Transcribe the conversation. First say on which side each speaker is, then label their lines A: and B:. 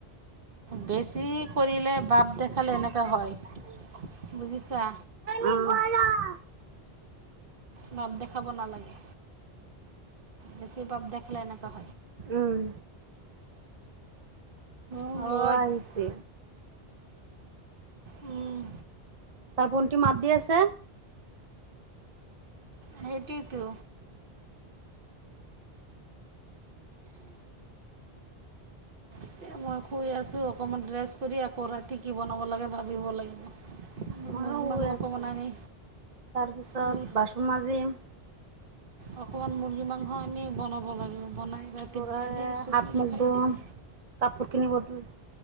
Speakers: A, on the right; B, on the right.
A: বেছি কৰিলে বাট দেখালে এনেকুৱা হয়, বুজিছা।
B: উম।
A: বাপ দেখাব নালাগে, বেছি বাপ দেখালে এনেকুৱা হয়।
B: উম। মোৰ
A: সৈতে,
B: ল'ৰা আহিছে
A: উম।
B: তাৰ ভন্টি মাত দি আছে।
A: সেইটোৱেতো। এতিয়া মই শুই আছোঁ, অকণমান ড্ৰেছ কৰি আকৌ ৰাতি কি বনাব লাগে ভাবিব লাগিব।
B: মইয়ো
A: মুৰ্গী
B: শুই
A: মাংস
B: আছোঁ,
A: অকণমান আনি
B: তাৰপিছত
A: মুৰ্গী
B: বাচন মাজিম।
A: অকণমান মুৰ্গী মাংস আনি বনাব লাগিব। বনাই ৰাতি
B: ল'ৰাৰে
A: বনাই দিম ছোৱালীয়ে
B: হাত মুখ
A: খাই
B: ধুম
A: দিব।
B: কাপোৰ কিনিব তোৰ